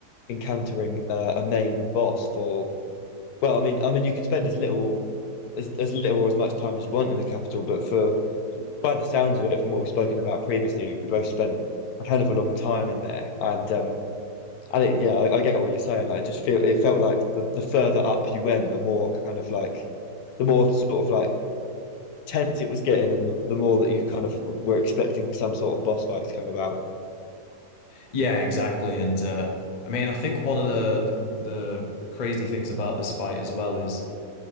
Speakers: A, on the left; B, on the left.
A: encountering uh, a main boss for, well, I mean, I mean, you could spend as little or as, as little or as much time as you want in the capital, but for by the sounds of it, from what we've spoken about previously, we both spent a hell of a long time in there, and um, and it, yeah, I, I get what you're saying. I just feel it felt like the, the further up you went, the more kind of like the more sort of like tense it was getting and the, the more that you kind of were expecting some sort of boss fight to come about.
B: yeah, exactly. And uh, I mean, I think one of the, the the crazy things about this fight as well is